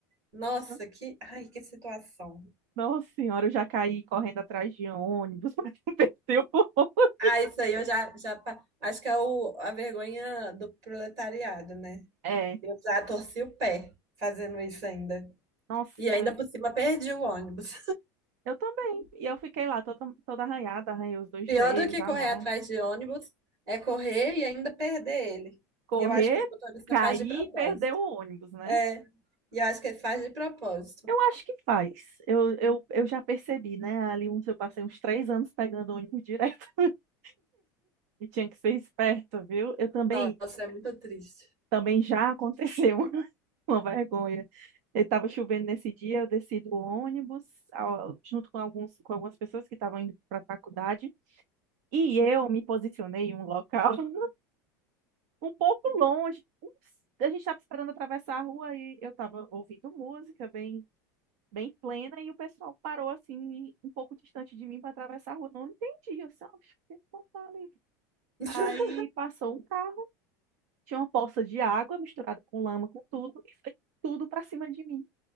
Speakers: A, on the right (about 40°); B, on the right (about 55°).
A: Nossa,
B: <laughs>
A: que. Ai, que situação.
B: Nossa Senhora, eu já caí correndo atrás de ônibus <laughs> pra não perder o ônibus.
A: Ah, isso aí eu já, já. pa- Acho que é o, a vergonha do proletariado, né?
B: É.
A: Eu já torci o pé fazendo isso ainda.
B: Nossa,
A: E ainda por cima perdi o ônibus.
B: eu também. E eu fiquei lá toda, toda arranhada, arranhei
A: <laughs>
B: os dois
A: Pior
B: joelhos,
A: do que
B: a
A: correr
B: mão.
A: atrás de ônibus é correr e ainda perder ele.
B: Correr,
A: E eu acho que os motoristas
B: cair
A: faz de propósito.
B: e perder o ônibus, né?
A: É, e eu acho que ele faz de propósito.
B: Eu acho que faz. Eu, eu, eu já percebi, né? Ali uns, eu passei uns três anos pegando ônibus direto. <laughs> E tinha que ser esperta, viu? Eu também
A: Nossa, é muito triste.
B: Também já aconteceu <laughs> uma vergonha. Estava chovendo nesse dia, eu desci do ônibus ao- junto com alguns, com algumas pessoas que estavam indo para a faculdade e eu me posicionei em um local <laughs> um pouco longe. Ups, a gente estava esperando atravessar a rua e eu estava ouvindo música bem, bem plena e o pessoal parou assim um pouco distante de mim para atravessar a rua. Não entendi, eu só, "Oxe, que que tá ali?"
A: <laughs>
B: Aí passou um carro, tinha uma poça de água misturada com lama, com tudo e foi tudo para cima de mim.